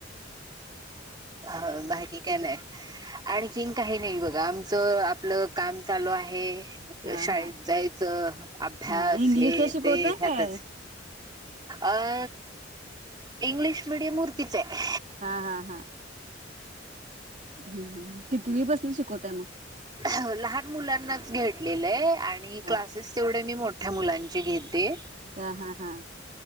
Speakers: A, on the right (about 25°); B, on the right (about 40°).
A: अ बाकी काय नाय आणखीन काही नाही बघा आमचं आपलं काम चालू आहे
B: हा
A: शाळेत
B: हा
A: जायचं अभ्यास
B: हा इंग्लिशला
A: हे
B: शिकवताय
A: ते ह्यातच
B: काय
A: अ इंग्लिश मीडियम वरतीच आहे.
B: हा हा हा. हम्म कितवी पासन शिकवताय मग
A: ह लहान मुलांनाच घेतलेलंय आणि
B: हा
A: क्लासेस तेवढे मी मोठ्या मुलांचे घेते
B: हा हा हा.